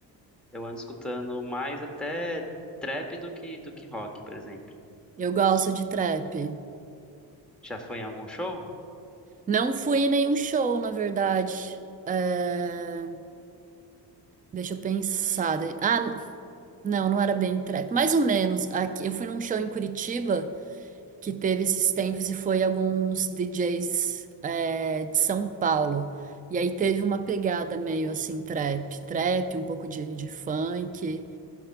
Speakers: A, in the centre; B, on the right (about 20°).
A: Eu ando escutando mais até trap do que do que rock, por exemplo.
B: Eu gosto de trap.
A: Já foi em algum show?
B: Não fui em nenhum show, na verdade. É, Deixa eu pensar. De- Ah, não, não era bem trap. Mais ou menos. Aqui... Eu fui num show em Curitiba que teve esses tempos e foi alguns DJs é, de São Paulo. E aí teve uma pegada meio assim, trap, trap, um pouco de, de funk.